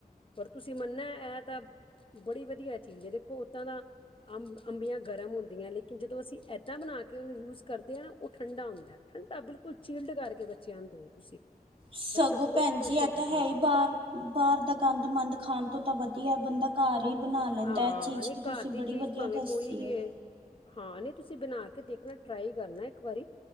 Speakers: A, on the left (about 35°); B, on the right (about 35°).
A: ਪਰ ਤੁਸੀਂ ਮੰਨਾ ਏਹ ਤਾਂ ਬੜੀ ਵਧੀਆ ਦੇਖੋ ਉੱਦਾਂ ਤਾਂ ਅੰਬ ਅੰਬੀਆਂ ਗਰਮ ਹੁੰਦੀਆਂ ਨੇ ਕਿ ਜਦੋਂ ਅਸੀਂ ਐਦਾਂ ਬਣਾ ਕੇ ਉਹਨੂੰ ਯੂਜ਼ ਕਰਦੇ ਹਾਂ ਨਾ ਉਹ ਠੰਡਾ ਹੁੰਦਾ। ਠੰਡਾ ਬਿਲਕੁਲ ਚੀਲਡ ਕਰਕੇ ਬੱਚਿਆਂ ਨੂੰ ਦਿਓ ਤੁਸੀਂ
B: ਸਗੋਂ
A: ਬੱਚੇ ਬਹੁਤ
B: ਭੈਣ
A: ਖੁਸ਼
B: ਜੀ ਇਹ
A: ਹੋ ਕੇ
B: ਤੇ
A: ਖਾਂਦੇ
B: ਹੈ ਹੀ ਬਾਹਰ ਬਾਹਰ ਦਾ ਗੰਦ ਮੰੰਦ ਖਾਣ ਤੋਂ ਤਾਂ ਵਧੀਆ ਬੰਦਾ ਘਰ ਹੀ ਬਣਾ ਲੈਂਦਾ
A: ਹਾਂ
B: ਏਹ ਚੀਜ਼
A: ਨਹੀਂ
B: ਤਾਂ ਤੁਸੀਂ
A: ਘਰ ਦੀ
B: ਬੜੀ
A: ਚੀਜ਼
B: ਵਧੀਆ
A: ਭਾਵੇਂ
B: ਦੱਸੀ
A: ਕੋਈ ਵੀ
B: ਹੈ।
A: ਹਾਂ ਨਹੀਂ ਤੁਸੀਂ ਬਣਾ ਕੇ ਦੇਖਣਾ ਟਰਾਈ ਕਰਨਾ ਇੱਕ ਵਾਰੀ